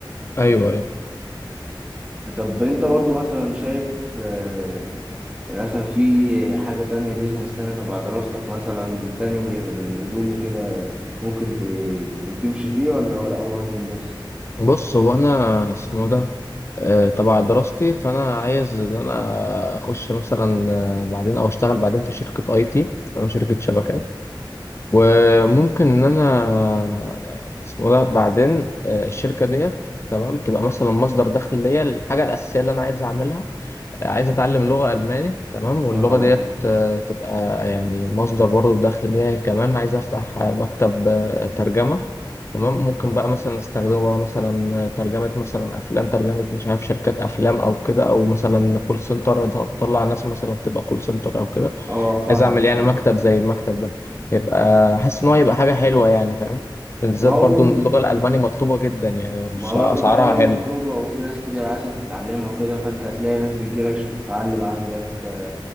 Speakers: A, on the left (about 30°); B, on the right (about 15°).
A: ايوه أيوه.
B: طب أنت برضو مثلا شايف آه، مثلا في حاجة تانية بيزنس تانية تبع دراستك مثلا تاني غير الهدوم وكده ممكن ت- تمشي فيه ولا ولا هو هدوم بس؟
A: بص هو انا اسمه ده آه، تبع دراستي فانا عايز ان انا اخش مثلا آه، بعدين او اشتغل بعدين في شركه اي تي فاهم شركه شبكات وممكن ان انا آه، اسمه ده بعدين آه، الشركه ديت تمام تبقى مثلا مصدر دخل ليا الحاجه الاساسيه اللي انا عايز اعملها عايز اتعلم لغة الماني تمام واللغة
B: اه
A: ديت آه، تبقى يعني مصدر برضه دخل ليا كمان عايز افتح آه، مكتب آه، ترجمة تمام ممكن بقى مثلا استخدمه بقى مثلا آه، ترجمة مثلا افلام ترجمة مش عارف شركات افلام او كده او مثلا كول سنتر تطلع ناس مثلا تبقى كول سنتر او كده
B: اه آه، فاهمك
A: عايز اعمل
B: فاهمك
A: يعني مكتب زي المكتب ده يبقى حاسس ان هو يبقى حاجة حلوة يعني فاهم بالذات
B: ما هو
A: برضه ان اللغة الالماني مطلوبة جدا يعني
B: ما هو
A: اسعارها
B: برضه العملية
A: حلوة
B: مطلوبة وفي ناس كتير عايزة تتعلمها وكده فأنت هتلاقي ناس بتجيلك عشان تتعلم عندك آه،